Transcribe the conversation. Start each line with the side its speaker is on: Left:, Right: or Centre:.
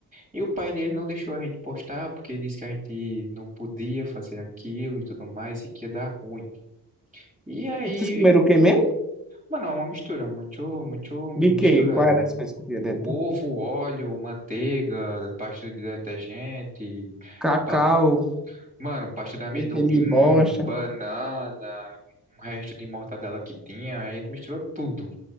Right: E o pai dele não deixou a gente postar, porque disse que a gente não podia fazer aquilo e tudo mais, e que ia dar ruim. E aí,
Centre: Vocês comeram o que mesmo?
Right: mano, é uma mistura muito, muito misturada.
Centre: De que? Qual era as coisas que tinha dentro?
Right: Ovo, óleo, manteiga, pasta de detergente,
Centre: Cacau.
Right: pa- mano, pasta de amendoim,
Centre: E aquele de bosta.
Right: banana, um resto de mortadela que tinha, aí a gente misturou tudo.